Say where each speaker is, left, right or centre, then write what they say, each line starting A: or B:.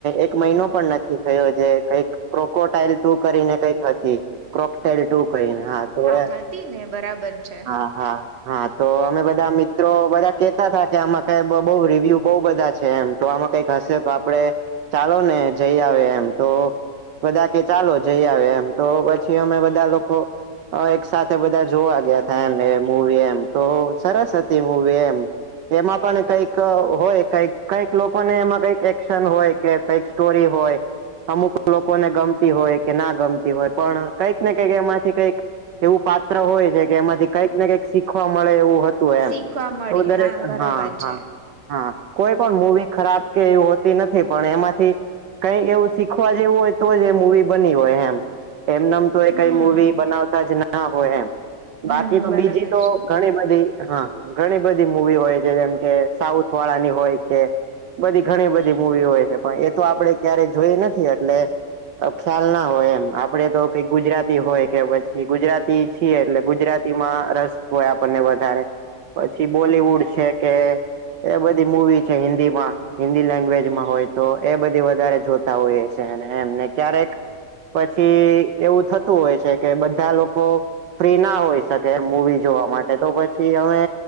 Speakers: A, on the right; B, on the right.
A: એક મહિનો પણ નથી થયો જે કઈક પ્રોકોટાઈલ ટુ કરીને કઈક હતી ક્રોકટાઈલ ટુ કહીને હા તો એ
B: હતી ને બરાબર છે.
A: હા હા હા તો અમે બધા મિત્રો બધા કેતા હતા કે આમાં ક બઉ રિવ્યુ બઉુ બધા છે એમ તો આમાં કઈક હશે તો આપડે ચાલો ને જઈ આવે એમ તો બધા કે ચાલો જઈ આવે એમ તો પછી અમે બધા લોકો હ એક સાથે બધા જોવા ગયા હતા એમ એ મૂવી એમ તો સરસ હતી મૂવી એમ એમાં પણ કઈક હોય કઈક કઈક લોકોને એમાં કઈક એક્શન હોય કે કઈક સ્ટોરી હોય અમુક લોકોને ગમતી હોય કે ના ગમતી હોય પણ કઈક ને કંઈક એમાંથી કઈક એવું પાત્ર હોય છે કે એમાંથી કંઈક ને કંઈક શીખવા મળે એવું હોય તું એમ
B: શીખવા મળે
A: તો દરેક
B: બરાબર
A: હા હા
B: છે
A: હા કોઈ પણ મુવી ખરાબ કે એવી હોતી નથી. પણ એમાંથી કઈક એવું શીખવા જેવું હોય તો જ એ મુવી બની હોય એમ એમને એમ તો એ
B: હમ
A: કઈ મુવી બનાવતા જ ના હોય એમ બાકી
B: હમ
A: તો
B: બરાબર
A: બીજી તો
B: છે.
A: ઘણી બધી હા ઘણી બધી મુવી હોય છે જેમ કે સાઉથ વાળાની હોય કે. બધી ઘણી બધી મુવી હોય છે. પણ એ તો આપડે ક્યારે જોઈ નથી એટલે અ ખ્યાલ ના હોય એમ. આપડે તો કઈ ગુજરાતી હોય કે પછી ગુજરાતી છીએ એટલે ગુજરાતીમાં રસ હોય આપણને વધારે. પછી બોલીવુડ છે કે એ બધી મુવી છે. હિન્દીમાં હિન્દી લેંગ્વેજમાં હોય તો એ બધી વધારે જોતા હોઈએ છે. અને એમને ક્યારેક પછી એવું થતું હોય છે કે બધા લોકો ફ્રી ના હોય શકે એમ મૂવી જોવા માટે તો પછી અમે